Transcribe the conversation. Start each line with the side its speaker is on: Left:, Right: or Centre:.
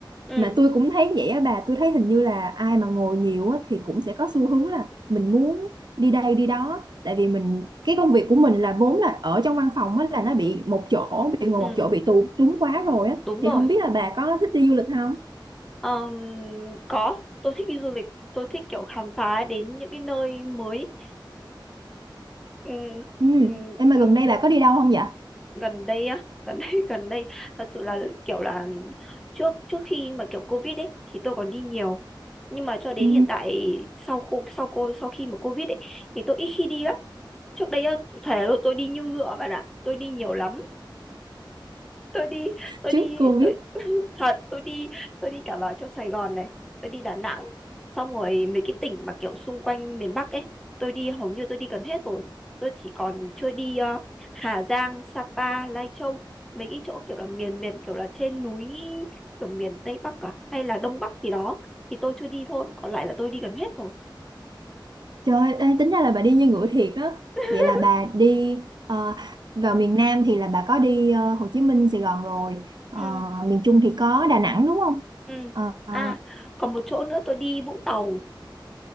Centre: ừ
Right: mà tôi cũng thấy vậy á bà tôi thấy hình như là ai mà ngồi nhiều á thì cũng sẽ có xu hướng là mình muốn đi đây đi đó tại vì mình cái công việc của mình là vốn là ở trong văn phòng á là nó bị một chỗ bị ngồi
Centre: ừ
Right: một
Centre: <laughs>
Right: chỗ bị tù túng quá rồi á
Centre: đúng
Right: thì
Centre: rồi
Right: không biết là bà có thích đi du lịch không
Centre: Ờm, có tôi thích đi du lịch tôi thích kiểu khám phá đến những cái nơi mới ừ,
Right: ừ
Centre: ừ,
Right: em mà
Centre: ừ,
Right: gần đây bà có đi đâu không vậy
Centre: gần đây á <laughs> gần đây gần đây thật sự là kiểu là trước trước khi mà kiểu covid ấy thì tôi còn đi nhiều nhưng mà cho đến
Right: ừ
Centre: hiện tại sau cô sau cô sau khi mà covid ấy thì tôi ít khi đi lắm trước đây á thể là tôi đi như ngựa bạn ạ tôi đi nhiều lắm tôi đi tôi
Right: trước
Centre: đi
Right: Covid
Centre: tôi <laughs> thật tôi đi tôi đi cả vào chỗ Sài Gòn này tôi đi Đà Nẵng xong rồi mấy cái tỉnh mà kiểu xung quanh miền Bắc ấy tôi đi hầu như tôi đi gần hết rồi tôi chỉ còn chưa đi ờ, Hà Giang Sapa Lai Châu mấy cái chỗ kiểu là miền miền kiểu là trên núi kiểu miền Tây Bắc cả hay là Đông Bắc gì đó thì tôi chưa đi thôi còn lại là tôi đi gần hết rồi
Right: Trời ơi, ê, tính ra là bà đi như ngựa thiệt á.
Centre: <laughs>
Right: Vậy là bà đi ờ, vào miền Nam thì là bà có đi ờ, Hồ Chí Minh, Sài Gòn rồi. Ờ,
Centre: ừ
Right: miền Trung thì có Đà Nẵng đúng không?
Centre: ừ
Right: Ờ, ờ,
Centre: à còn một chỗ nữa tôi đi Vũng Tàu